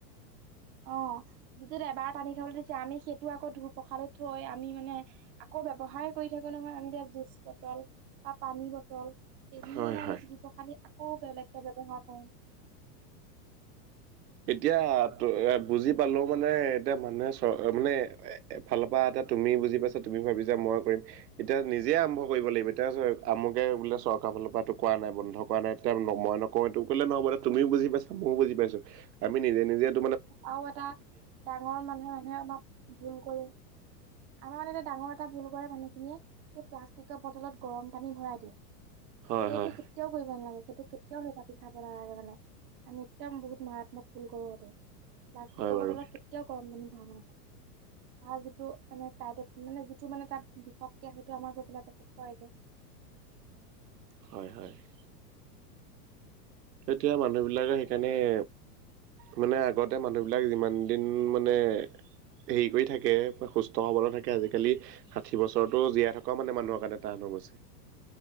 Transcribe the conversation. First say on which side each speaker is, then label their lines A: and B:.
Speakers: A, on the right (about 25°); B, on the right (about 75°).
A: অঁ! <inaudible> যিটোত এবাৰ পানী খাবলৈ দিছে আমি সেইটো আকৌ ধুই প্ৰসাৰি থৈ আমি মানে আকৌ ব্যৱহাৰ <inaudible> কৰি থাকো নহয়। আমি এতিয়া জুচ বটল বা পানী বটল সেইখিনি
B: হয়
A: মানে আমি
B: হয়।
A: ধুই প্ৰসা <inaudible> আমি আকৌ বেলেগকে ব্যৱহাৰ কৰোঁ। <unintelligible>
B: এতিয়া এ <unintelligible> বুজি পালো মানে এতিয়া মানুহে চৰ মানে <inaudible> এফালৰ পৰা আকৌ তুমি বুজি পাইছা তুমি ভাবিছা মই কৰিম। <inaudible> এতিয়া নিজে আৰম্ভ কৰিব লাগিব এতিয়া চোৱা আমুকে বোলে চৰকাৰ ফালৰ <inaudible> <inaudible> কৰা নাই বন্ধ কৰা নাই এতিয়া মই নকওঁ এইটোক ক'লে নহ'ব দে তুমিও বুজি পাইছা ময়ো বুজি পাইছো। <unintelligible> আমি নিজে-নিজে <inaudible>
A: আৰু এটা ডাঙৰ মানুহে-মানুহে আমাক ভুল কৰে <inaudible> আমাৰ মানে ডাঙৰ এটা ভুল কৰে মানুহখিনিয়ে সেই প্লাষ্টিকৰ বটলত গৰম পানী ভৰাই দিয়ে। <inaudible>
B: হয়
A: সেইটো
B: হয়
A: <inaudible> কেতিয়াও কৰিব নালাগে। সেইটো কেতিয়াও সেই কেতিয়াও পিঠা নালাগে মানে আমি একদম বহুত মাৰাত্মক ভুল কৰো সেইটো। <inaudible> প্লাষ্টিকৰ
B: হয় বাৰু
A: বটলত
B: সেইটো
A: কেতিয়াও গৰম পানী ভৰাব <inaudible> তাৰ যিটো মানে তাইতে মানে যিটো মানে তাত বিষতকে সেইটো আমাৰ গৈ পেলাই পেটত পৰেগে। <inaudible>
B: হয়-হয়। <inaudible> এতিয়া মানুহ বিলাকে সেইকাৰণে <inaudible> মানে আগতে মানুহবিলাক যিমান দিন মানে <unintelligible> হেৰি কৰি থাকে, সুস্থ হ'বলে থাকে আজিকালি <inaudible> ষাঠি বছৰতোও জীয়াই থকা মানে মানুহৰ কাৰণে টান হৈ গৈছে। <inaudible>